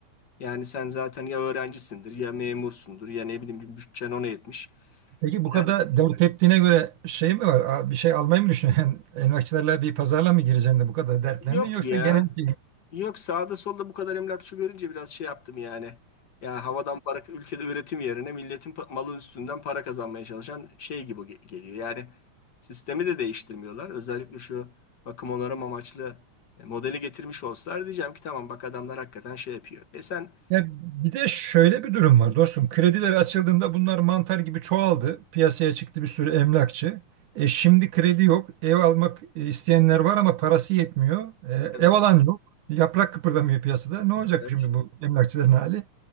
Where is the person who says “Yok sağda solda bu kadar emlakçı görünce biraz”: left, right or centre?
Left